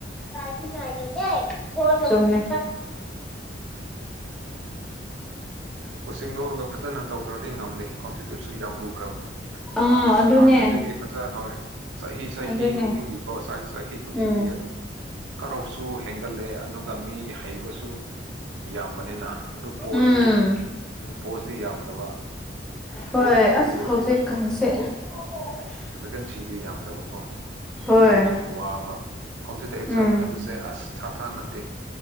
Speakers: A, in the centre; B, on the right (about 80°).
A: <unintelligible> ꯆꯨꯝꯃꯦ
B: ꯀꯣꯆꯤꯡ ꯂꯧꯔꯒ ꯐꯖꯅ ꯇꯧꯗ꯭ꯔꯗꯤ ꯉꯝꯗꯦꯍꯦ ꯀꯝꯄꯤꯇꯤꯇꯤꯞꯁꯨ ꯌꯥꯝ ꯂꯨꯈ꯭ꯔꯕꯅꯦ
A: ꯑꯥ
B: ꯍꯥꯟ
A: ꯑꯗꯨꯅꯦ
B: ꯍꯥꯟꯅꯗꯒꯤ ꯐꯖ ꯍꯧꯋꯦ ꯆꯍꯤ ꯆꯍꯤ
A: ꯑꯗꯨꯅꯦ
B: ꯈꯨꯗꯤꯡꯒꯤ ꯀꯣ ꯆꯍꯤ ꯆꯍꯤ ꯈꯨꯗꯤꯡꯒꯤ
A: ꯎꯝ
B: ꯑꯗꯨꯝ ꯀꯠꯑꯣꯞꯁꯨ ꯍꯦꯟꯒꯠꯂꯦ ꯑꯗꯨꯒ ꯃꯤ ꯍꯩꯕꯁꯨ ꯌꯥꯝꯕꯅꯤꯅ ꯑꯗꯨ ꯄꯣꯠꯁꯨ
A: ꯎꯝ
B: ꯎꯝ ꯄꯣꯁꯇꯤ ꯌꯥꯝꯗꯕ
A: ꯍꯣꯏ
B: ꯄꯣꯁꯇꯤ
A: ꯑꯁ
B: ꯕꯦ
A: ꯍꯧꯖꯤꯛꯀꯥꯟꯁꯦ
B: ꯎꯝ
A: <unintelligible>
B: ꯚꯦꯀꯦꯟꯁꯤꯗꯤ ꯌꯥꯝꯗꯕꯀꯣ
A: ꯍꯣꯏ
B: ꯑꯗꯣꯅꯦ ꯋꯥꯕ ꯀꯣꯝꯇꯤꯇꯤꯞ ꯑꯦꯛꯖꯥꯝ
A: ꯎꯝ
B: ꯍꯥꯏꯕꯁꯦ ꯑꯁ ꯊꯥꯊꯥ ꯅꯠꯇꯦ